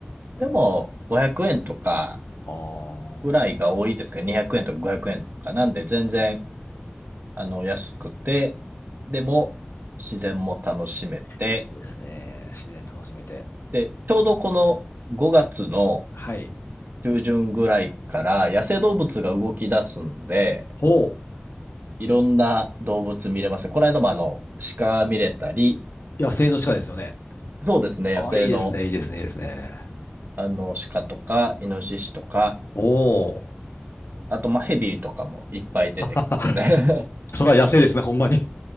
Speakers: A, on the right; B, on the left.
A: でも、
B: ー。
A: 500円とか
B: ああ。
A: ぐらいが多いですけど、200円とか500円とか、なんで全然、あの、安くて、でも、自然も楽しめて、
B: いいですね。自然楽しめて。
A: で、ちょうどこの5月の
B: はい。
A: 中旬ぐらいから野生動物が動き出すんで、
B: ほ
A: いろんな動物見れます。この間もあの、鹿見れたり、
B: う。野生の鹿ですよね。
A: そうですね、
B: あ、
A: 野生の
B: いいですね、いいですね、いいですね。
A: あの、鹿とか、イノシシとか、
B: おー。
A: あとまあヘビとかもいっぱい出てきてますね。
B: <laughs> それは野生ですね、ほんまに。